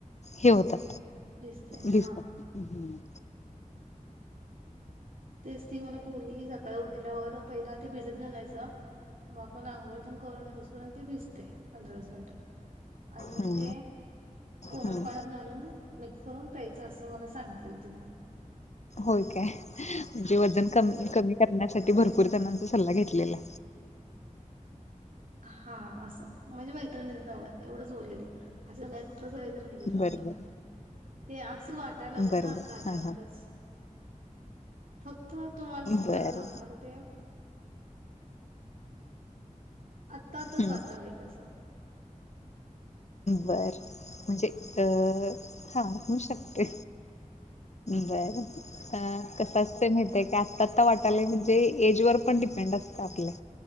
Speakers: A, on the left; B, on the right.
A: हे होतात
B: फस हा
A: भिजतात
B: <unintelligible>
A: हम्म
B: तेच ती मला बोलली की सकाळी उठल्यावर पहिला ते भिजत घालायचं मग आपण आंघोळतण करूनऊसपर्यंत ते दिसते पंधरा वीस मिनटात आणि मग
A: हम्म
B: ते कोमट
A: हम्म
B: पाण्यात घालून मिक्स करून प्यायचं अस तो मला सांगितली तिन
A: होय काय म्हणजे वजन कमी करण्यासाठी भरपूर पुुरतानाचा सल्ला घेतलेला
B: हा असं म्हणजे मैत्रिणी एवढंच बोललेले आहे असं का कसं वगैरे निघेलो आम्ही
A: बर बर
B: ते असं वाटायला लागलं
A: बर
B: ना
A: बर
B: असं अचानकच
A: हा हा
B: फक्त तुम्हाला अस खरं
A: बर
B: सांग का आता ते आता आताच
A: हम्म
B: वाटालंय तस
A: बर म्हणजे अ हा हो शकते बर कसच ते माहितय की आता आत्ता वाटालाय म्हणजे एज वर पण डिपेंड असत आपल्या